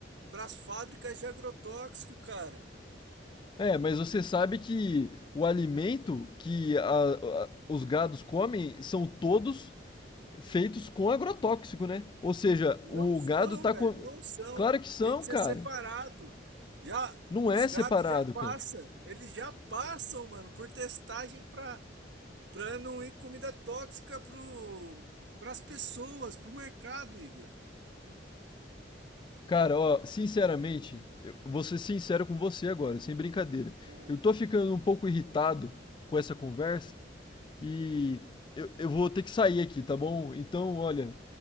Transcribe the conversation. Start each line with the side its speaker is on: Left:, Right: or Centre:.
Right: pras fábricas de agrotóxico, cara.
Left: É, mas você sabe que o alimento que a- a- os gados comem são todos feitos com agrotóxico, né? Ou seja,
Right: Não
Left: o
Right: são,
Left: gado tá
Right: velho,
Left: com.
Right: não são.
Left: Claro que são,
Right: Tem que
Left: cara.
Right: ser separado. Já
Left: Não
Right: os
Left: é
Right: gados
Left: separado,
Right: já passa,
Left: cara.
Right: eles já passam, mano, por testagem pra para não ir comida tóxica pro pras pessoas, pro mercado, Igor.
Left: Cara, ó, sinceramente, eu vou ser sincero com você agora, sem brincadeira.
Right: Ah,
Left: Eu tô ficando um pouco irritado com essa conversa e eu, eu vou ter que sair aqui, tá bom? Então, olha,